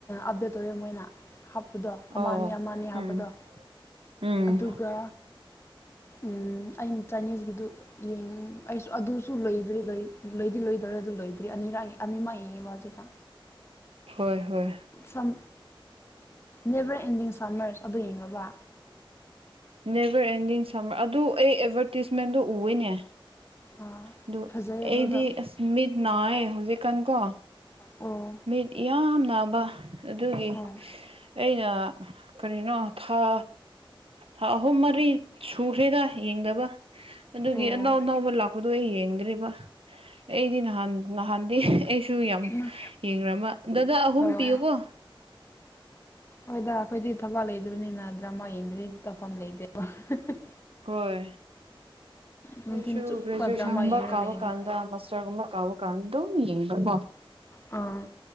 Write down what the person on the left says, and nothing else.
ꯑꯞꯗꯦꯠ ꯇꯧꯋꯦ ꯃꯣꯏꯅ ꯍꯥꯞꯄꯗꯣ ꯑꯃ
ꯑꯅꯤ ꯑꯃꯥ ꯑꯅꯤ
ꯍꯥꯞꯄꯗꯣ
ꯑꯗꯨꯒ ꯎꯝ ꯑꯩꯅ ꯆꯥꯏꯅꯤꯁꯀꯤꯗꯨ ꯌ‌ꯦꯡ ꯑꯩꯁꯨ ꯑꯗꯨꯁꯨ ꯂꯩꯔꯤ ꯂꯩ ꯂꯩꯗꯤ ꯂꯩꯗ‌ꯣꯔꯦ ꯑꯗꯨ ꯂ‌ꯣꯏ ꯖꯤꯛ ꯑꯅꯤꯔꯛ ꯑꯅꯤꯃꯛ ꯌꯦꯉꯦꯕꯥ ꯍꯧꯖꯤꯛꯗ
ꯁꯝ ꯅꯦꯚ꯭ꯔ ꯑꯦꯟꯗꯤꯡ ꯁꯝꯃ꯭ꯔ ꯑꯗꯨ ꯌꯦꯡꯉꯕ
ꯑꯥ
ꯐꯖꯩ ꯑꯗꯨꯗꯣ
ꯑꯣ
ꯑꯣ
ꯑꯣ
ꯎꯝ
ꯑꯣ
ꯍꯣꯏꯗ ꯑꯩꯈꯣꯏꯗꯤ ꯊꯕꯥꯛ ꯂꯩꯗꯕꯅꯤꯅ ꯗ꯭ꯔꯃꯥ ꯌꯦꯡꯗ꯭ꯔꯥꯗꯤ ꯇꯧꯐꯝ ꯂꯩꯇꯦꯕ <unintelligible>
ꯅꯨꯡꯊꯤꯜ
ꯆꯨꯞꯄ
ꯗ꯭ꯔꯃꯥ ꯌꯦꯡꯔ
ꯂꯩꯅꯤ
ꯑꯥ